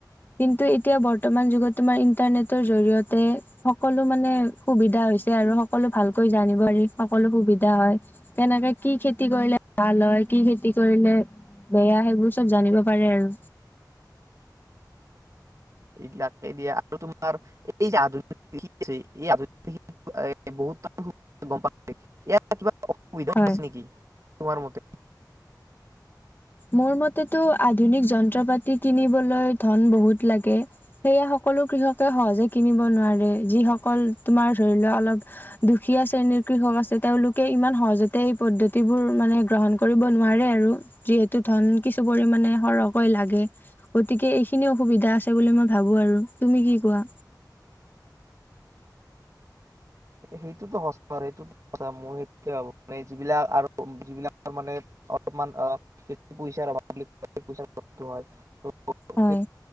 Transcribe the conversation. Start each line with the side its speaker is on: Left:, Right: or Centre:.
Left: কিন্তু এতিয়া বৰ্তমান যুগত তোমাৰ ইন্টাৰনেটৰ জৰিয়তে সকলো মানে সুবিধা হৈছে আৰু সকলো ভালকৈ জানিব পাৰি সকলো হয় কেনেকে কি খেতি কৰিলে ভাল হয় কি খেতি কৰিলে বেয়া সেইবোৰ চব জানিব পাৰে আৰু
Right: এইবিলাক এ দিয়ে আৰু তোমাৰ এই যে আধুনিক কৃষি আ এই আধুনিক কৃষ এ বহুত গম প <unintelligible> ইয়াত কিবা অসুবিধা
Left: হয়
Right: আছে নেকি তোমাৰ মতে
Left: মোৰ মতেটো আধুনিক যন্ত্ৰ পাতি কিনিবলৈ ধন বহুত লাগে সেয়া সকলো কৃষকে সহজে কিনিব নোৱাৰে যিসকল তোমাৰ ধৰি লোৱা অলপ দুখীয়া শ্ৰেণীৰ কৃষক আছে তেওঁলোকে ইমান সহজতে এই পদ্ধতিবোৰ মানে গ্ৰহণ কৰিব নোৱাৰে আৰু যিহেতু ধন কিছু পৰিমানে সৰহকৈ লাগে গতিকে এইখিনি অসুবিধা আছে বুলি মই ভাবো আৰু তুমি কি কোৱা
Right: সেইটোতো সঁচা সেইটো সঁচ মই হেইকানে যিবিলাক আৰু যিবিলাক মানে অলপমান পইচাৰ অভাৱ বুলি কাৰ হয় <unintelligible>
Left: হয়